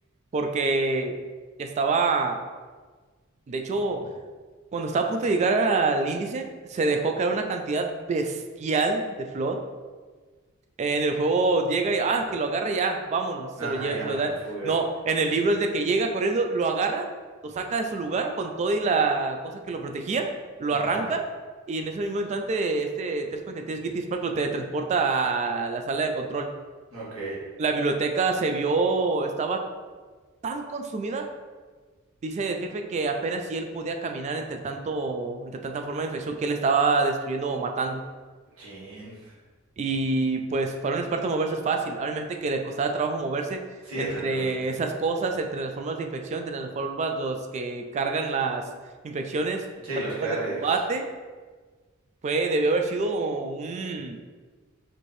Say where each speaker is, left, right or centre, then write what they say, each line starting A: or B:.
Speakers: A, on the right; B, on the right.
A: porque estaba, de hecho, cuando estaba a punto de llegar al índice, se dejó caer una cantidad bestial de Flood En el juego llega y, ah, que lo agarra y ya, vámonos, se
B: Ajá,
A: lo lleva,
B: llámonos
A: se lo da.
B: fuga.
A: No, en el libro es de que llega corriendo, lo agarra, lo saca de su lugar con todo y la cosa que lo protegía, lo
B: Ajá.
A: arranca, y en ese mismo instante, este trescientos cuarenta y tres Guilty Spark lo teletransporta a la sala de control.
B: Ok.
A: La biblioteca se vio, estaba tan consumida, dice el jefe, que apenas si él podía caminar entre tanto, entre tanta forma de infección que él estaba destruyendo o matando.
B: Chin.
A: Y pues para un experto moverse es fácil. Ahora imagínate que le costaba trabajo moverse
B: Sí,
A: entre
B: exactamente.
A: esas cosas, entre las formas de infección, entre las formas los que cargan las infecciones,
B: Sí,
A: las
B: los
A: formas
B: carriers.
A: de combate. Fue, debió haber sido un